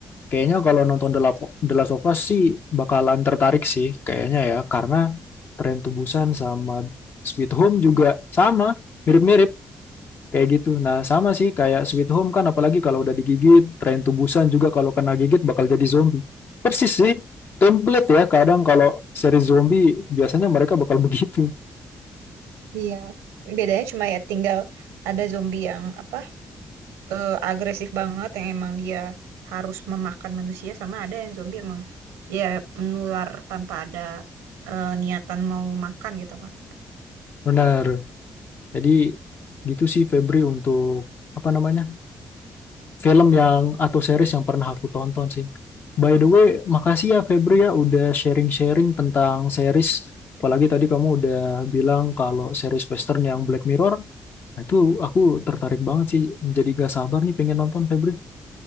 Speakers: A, on the left (about 55°); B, on the right (about 85°).
A: Kayaknya kalau nonton The La- The Last of Us sih bakalan tertarik sih kayaknya ya karena Tren Tubusan sama Sweet Home juga sama, mirip-mirip kayak gitu. Nah, sama sih kayak Sweet Home kan apalagi kalau udah digigit, Tren Tubusan juga kalau kena gigit bakal jadi zombie. Persis sih, template ya kadang kalau seri zombie biasanya mereka bakal <laughs> begitu.
B: Iya. Bedanya cuma ya tinggal ada zombie yang apa? eh, agresif banget yang emang dia harus memakan manusia sama ada yang zombie emang ya menular tanpa ada eh, niatan mau makan gitu kan.
A: Benar. Jadi gitu sih Febri untuk apa namanya? film yang atau series yang pernah aku tonton sih. By the way, makasih ya Febri ya udah sharing-sharing tentang series. Apalagi tadi kamu udah bilang kalau series Western yang Black Mirror, nah itu aku tertarik banget sih. Jadi gak sabar nih pengen nonton Febri.